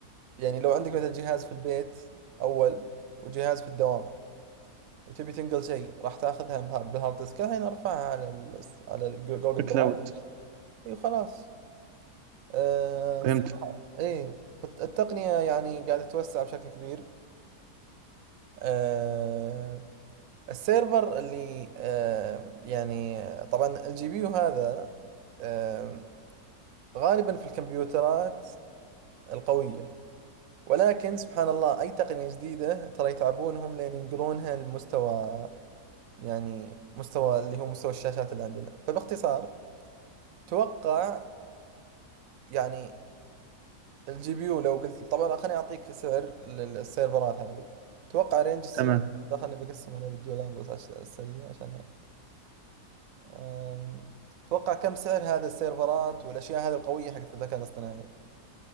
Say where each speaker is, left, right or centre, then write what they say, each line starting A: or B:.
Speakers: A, on the right; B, on the right.
A: يعني لو عندك مثلا جهاز في البيت أول وجهاز في الدوام وتبي تنقل شيء راح تاخذها بها- بالهارد ديسك الحين ارفعها على ال على الجوجل درايف
B: كلاود
A: اي وخلاص آه،
B: فهمت
A: صح ايه فالتقنية يعني قاعدة تتوسع بشكل كبير آه، السيرفر اللي آه، يعني طبعا الجي بي يو هذا آه، غالبا في الكمبيوترات القوية ولكن سبحان الله أي تقنية جديدة ترى يتعبونهم لين ينقلونها لمستوى يعني مستوى اللي هو مستوى الشاشات اللي عندنا فباختصار توقع يعني الجي بي يو لو قلت طبعا خليني أعطيك سعر للسيرفرات هذه توقع رينج السعر
B: تمام
A: خليني بقسم عليه بالدولار بس عشان السريع عشان أم، توقع كم سعر هذا السيرفرات والأشياء هذه القوية حقت الذكاء الاصطناعي